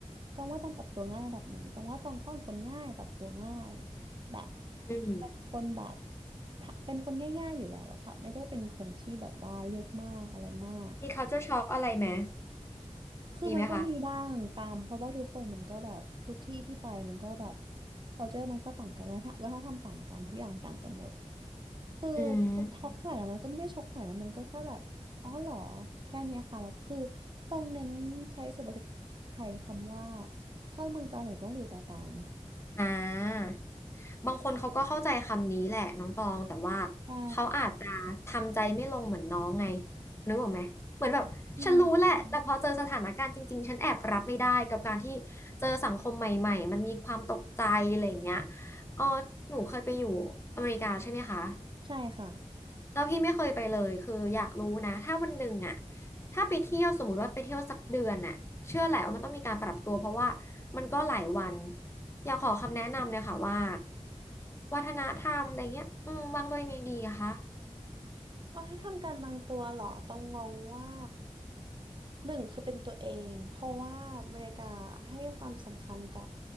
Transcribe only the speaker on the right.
ต้องว่าต้องปรับตัวง่ายระดับหนึ่งต้องว่าต้องเข้าเป็นคนง่ายปรับตัวง่ายแบบ
เป็นคนแบบถ้าเป็นคนง่ายๆอยู่แล้วอะค่ะไม่ได้เป็นคนที่แบบว่าเลือกมากอะไรมาก
คือมันก็มีบ้างตามเพราะว่าทุกคนมันก็แบบทุกที่ที่ไปมันก็แบบ
culture มันก็ต่างกันวัฒนธรรมวัฒนธรรมต่างกันทุกอย่างต่างกันหมดคือมันช็อกขนาดนั้นมันก็ไม่ได้ช็อกขนาดนั้นมันก็แค่แบบอ๋อเหรอแค่เนี้ยค่ะแล้วคือ
ต้องเน้นใช้สุภาษิตไทยคำว่าเข้าเมืองตาเหลวต้องหลิวตาตาม
ใช่
อืม
ใช่ค่ะ
วัฒนธรรมการบางตัวเหรอต้องงงว่าหนึ่งคือเป็นตัวเองเพราะว่าอเมริกาให้ความสำคัญกับ